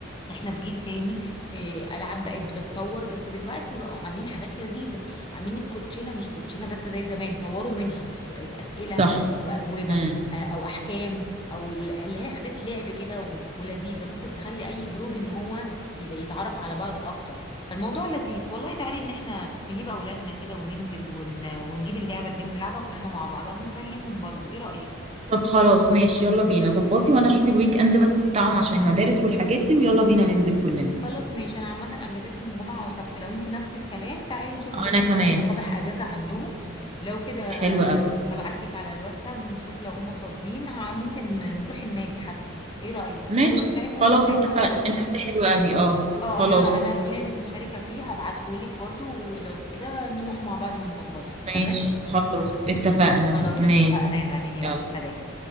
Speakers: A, on the left; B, on the right.
A: احنا في جيل تاني آه، العاب بقت بتتطور بس دلوقتي بقوا عاملين حاجات لذيذه عاملين الكوتشينه مش كوتشينه بس زي زمان طوروا منها بقت اسئله
B: صح
A: واجوبه
B: مم.
A: آه، او احكام او ال- اللي هي حاجات لعب كده و- ولذيذه ممكن تخلي اي جروب ان هو يبقى يتعرف على بعض اكتر فالموضوع لذيذ والله تعالي ان احنا نجيب اولادنا كده وننزل ون... ونجيب اللعبه دي ونلعبها كلنا مع بعض هنسليهم برضو ايه رايك
B: طب خلاص ماشي يلا بينا ظبطي وانا اشوف الويك اند بس بتاعهم عشان المدارس والحاجات دي ويلا بينا ننزل كلنا
A: خلاص ماشي انا عامه اجازتهم جمعه وسبت لو انتي نفس الكلام تعالي نشوف جمعه
B: انا كمان
A: عشان يبقى صباح اجازه عندهم لو كده
B: حلو قوي
A: ابعتلك على الواتساب ونشوف لو هم فاضيين ه- ممكن نروح النادي حتى ايه رايك
B: ماشي
A: نلعبهم
B: خلاص
A: في النادي
B: اتفقنا
A: وخلاص
B: النبي حلو قوي اه
A: اه
B: خلاص
A: انا انا
B: اتفقنا
A: في نادي مشتركه فيه هبعتهولك برضو ولو كده نروح مع بعض ونظبطها
B: ماشي
A: تمام
B: خلاص اتفقنا
A: خلاص
B: ماشي
A: اتفقنا يا مريم يلا
B: يلا
A: سلام